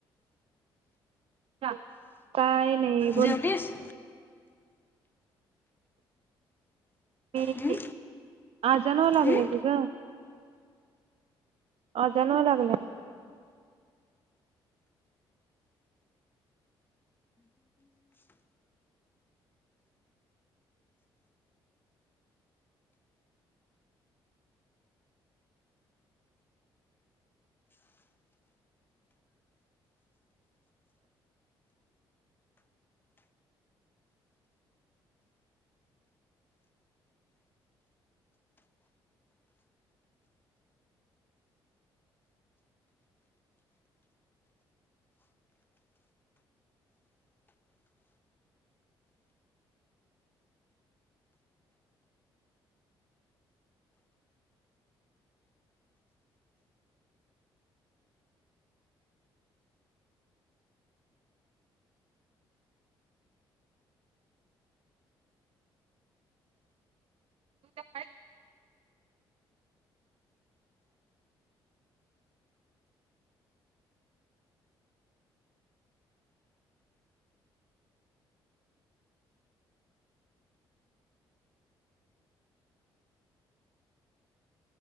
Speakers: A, on the right; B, on the left.
A: <inaudible> काय नाही बोल
B: जेवलीस
A: मी
B: हं?
A: आजन व्हाय लागले
B: हं?
A: की ग अजण व्हाय लागल्या त <unintelligible>